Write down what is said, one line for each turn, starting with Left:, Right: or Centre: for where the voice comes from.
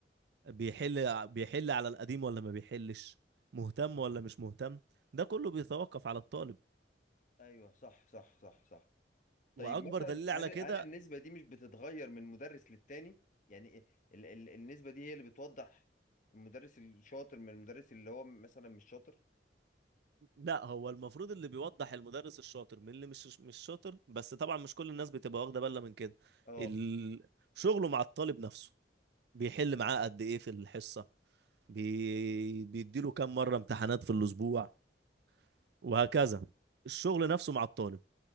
Right: بيحل بيحل على القديم ولا ما بيحلش مهتم ولا مش مهتم ده كله بيتوقف على الطالب
Left: ايوه صح صح صح صح طيب
Right: واكبر
Left: مثلا
Right: دليل على
Left: هل
Right: كده
Left: هل النسبة دي مش بتتغير من مدرس للتاني؟ يعني ال ال النسبة دي هي اللي بتوضح المدرس الشاطر من المدرس اللي هو مثلا مش شاطر؟
Right: لا هو المفروض اللي بيوضح المدرس الشاطر من اللي مش مش شاطر بس طبعا مش كل الناس بتبقى واخده بالها من كده
Left: اه
Right: ال- شغله مع الطالب نفسه بيحل معاه قد ايه في الحصه بي... بيديله كام مره امتحانات في الاسبوع وهكذا الشغل نفسه مع الطالب